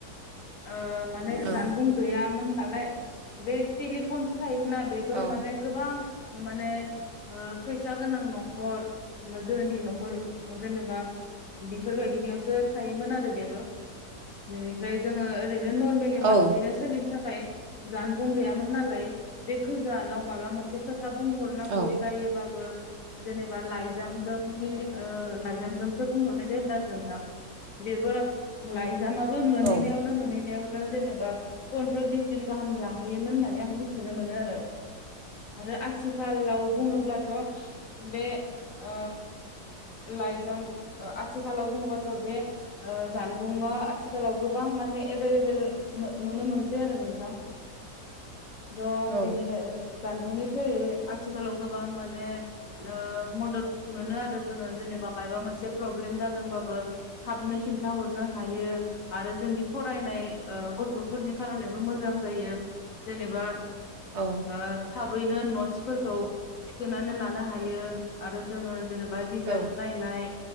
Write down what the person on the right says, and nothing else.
औ
औ
औ
औ
औ
औ
औ
औ